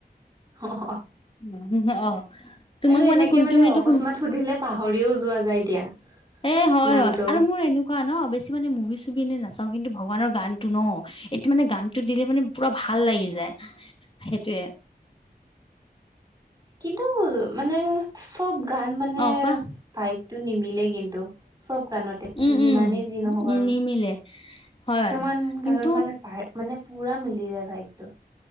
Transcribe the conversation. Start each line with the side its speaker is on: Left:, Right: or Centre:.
Right: অ
Left: <inaudible> উ অ। তোমাক
Right: আৰু এনেকে
Left: মানে কুনতু মিটো
Right: অকস্মাত
Left: কুন
Right: সুধিলে পাহৰিও যোৱা যায় দিয়া।
Left: এ হয়
Right: নামটো
Left: হয়, আৰু মোৰ এনো কোৱা ন, বেছি মানে মুভি-চুভি এনে নাচাও কিন্তু ভগৱানৰ গানটো ন এইটো মানে গানটো দিলে মানে পুৰা ভাল লাগি যায়, সেইটোৱে।
Right: কিন্তু মানে, চব গান মানে
Left: অ কোৱা
Right: ভাইভটো নিমিলে কিন্তু, চব গানত
Left: উম
Right: যিমানেই যি নহওঁক
Left: উম
Right: আৰু।
Left: নিমিলে হয়
Right: কিছুমান
Left: আৰু কিন্তু
Right: গানত মানে পাৰে মানে পুৰা মিলি যায় ভাইকটো।